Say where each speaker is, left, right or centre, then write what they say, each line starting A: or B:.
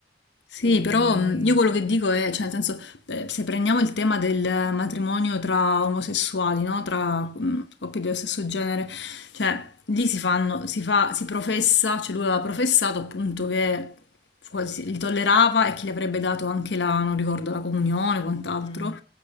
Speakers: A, on the left; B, on the left.
A: Sì,
B: E...
A: però mh, io quello che dico è, cioè, nel senso, beh, se prendiamo il tema del matrimonio tra omosessuali, no? Tra
B: Mhm,
A: mh, coppie dello stesso genere, cioè, lì si fanno, si fa, si professa, cioè lui aveva professato appunto che quasi li tollerava e che gli avrebbe dato anche la, non ricordo, la comunione o quant'altro.
B: mm.